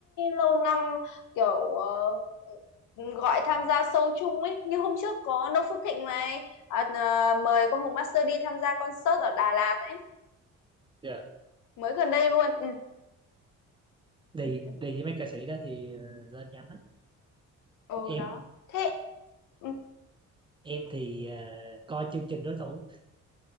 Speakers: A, on the left; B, on the right.
A: lâu năm kiểu ờ, gọi tham gia show chung ấy như hôm trước có Noo Phước Thịnh này à, à, mời Quang Hùng Master D tham gia concert ở Đà Lạt ấy
B: yeah.
A: mới gần đây luôn ừ.
B: đi
A: ừ
B: đi với mấy ca sĩ đó thì ờ, lên nhanh lắm
A: ừ,
B: em
A: đó thế ừ.
B: em thì ờ, coi chương trình đối thủ